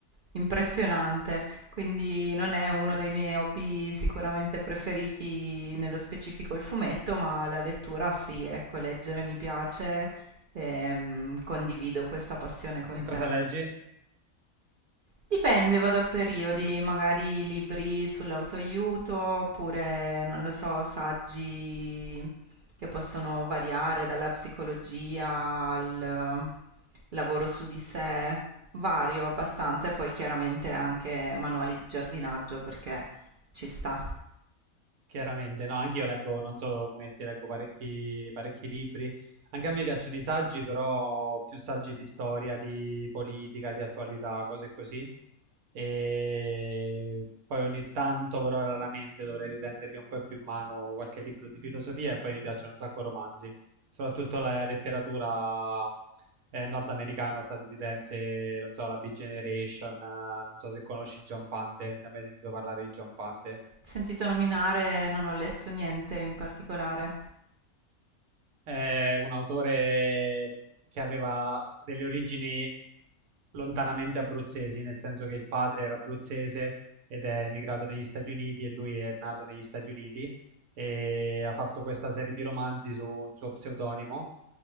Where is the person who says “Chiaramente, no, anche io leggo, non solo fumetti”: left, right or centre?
Right